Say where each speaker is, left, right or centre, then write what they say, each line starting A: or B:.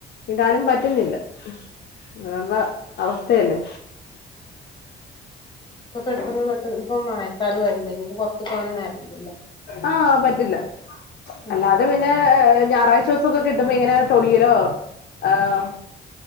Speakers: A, on the left (about 55°); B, on the left (about 25°).
A: വിടാനും പറ്റുന്നില്ല അങ്ങനെയുള്ള അവസ്ഥയല്ലേ
B: ഇപ്പോ പെട്ടെന്ന് പെട്ടെന്ന് ഇപ്പ മയക്കാലും ആയില്ലെ ഇനിയിപ്പം പുറത്തക്കു പോകാനൊന്നും നേരില്ലല്ലോ?
A: ആഹ് പറ്റില്ല
B: ഉം
A: അല്ലാതെ പി ന്നെ ഞായറാഴ്ച ദിവസൊക്കെ കിട്ടുമ്പോ ഇങ്ങനെ തൊടിയിലോ ഏഹ്